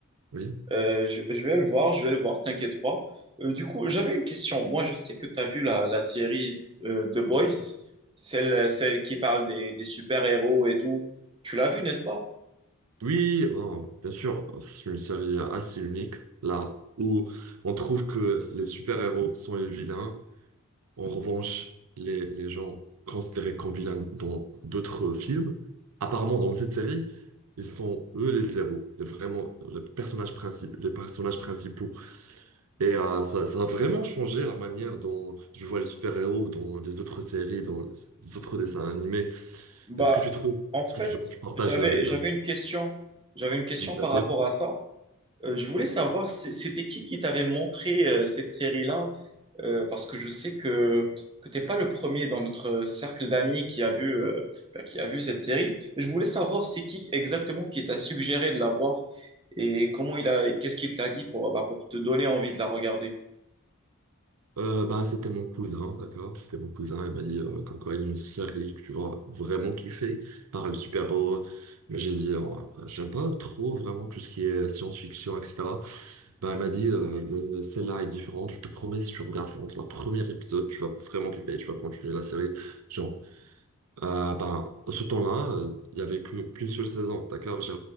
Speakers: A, on the right; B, on the right.
A: Oui.
B: Euh, je, je vais le voir, je vais le voir, t'inquiète pas. Euh, du coup, j'avais une question. Moi, je sais que tu as vu la, la série euh, The Boys, celle, celle qui parle des, des super-héros et tout. Tu l'as vue, n'est-ce pas?
A: Oui, bon, bien sûr, c'est une série assez unique, là où on trouve que les super-héros sont les vilains. En revanche, les, les gens considérés comme vilains dans d'autres films, apparemment dans cette série, ils sont eux les héros, les, vraiment les personnages principaux, les personnages principaux. Et euh, ça, ça a vraiment changé la manière dont je vois les super-héros dans les autres séries, dans les autres dessins animés.
B: Bah,
A: Est-ce que tu trouves,
B: en
A: est-ce
B: fait,
A: que tu, tu partages
B: j'avais,
A: la même...
B: j'avais
A: euh,
B: une question. J'avais une question
A: Oui, laquelle?
B: par rapport à ça. Euh, je voulais savoir, c'est- c'était qui qui t'avait montré euh, cette série-là? Euh, parce que je sais que, que t'es pas le premier dans notre cercle d'amis qui a vu, euh, bah, qui a vu cette série. je voulais savoir c'est qui exactement qui t'a suggéré de la voir et comment il a, qu'est-ce qu'il t'a dit pour, bah, pour te donner envie de la regarder.
A: Euh, bah, c'était mon cousin, d'accord? C'était mon cousin, il m'a dit euh, comme quoi il y a une série que tu vas vraiment kiffer, par le super-héros. Mais j'ai dit, euh, j'aime pas trop vraiment tout ce qui est science-fiction, etc. Bah, il m'a dit, euh, mais celle-là est différente, je te promets, si tu regardes genre, le premier épisode, tu vas vraiment kiffer, tu vas continuer la série. Genre, euh, bah, ce temps-là, euh, il y avait que- qu'une seule saison, d'accord? J'ai-